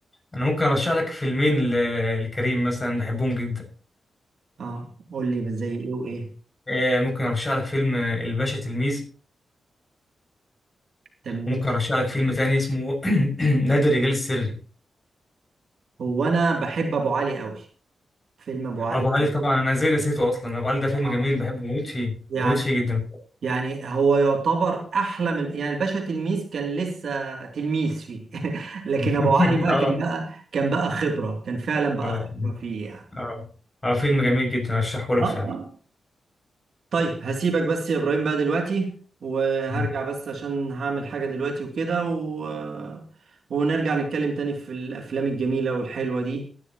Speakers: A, on the left (about 25°); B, on the right (about 70°).
A: انا ممكن ارشح لك فيلمين ل... لكريم مثلا بحبهم جدا
B: اه قول لي زي ايه وايه
A: أه ممكن ارشح لك فيلم آه، الباشا تلميذ
B: تمام
A: وممكن ارشح لك فيلم تاني اسمه <clears throat> نادي الرجال السري
B: هو انا بحب ابو علي قوي فيلم ابو علي
A: ابو علي طبعا انا ازاي نسيته اصلا ابو علي ده فيلم
B: آه.
A: جميل بحبه بموت فيه
B: يعني
A: بموت فيه جدا
B: يعني هو يعتبر احلى من يعني الباشا تلميذ كان لسه تلميذ فيه <laughs> لكن
A: <laughs>
B: ابو علي بقى
A: اه
B: كان بقى كان بقى خبره كان فعلا بقى
A: اه
B: خبره فيه يعني
A: اه اه فيلم جميل جدا ارشحه لك
B: اه
A: فعلا
B: اه طيب هسيبك بس يا ابراهيم بقى دلوقتي وهرجع
A: مم.
B: بس عشان هعمل حاجه دلوقتي وكده و... ونرجع نتكلم تاني في الافلام الجميله والحلوه دي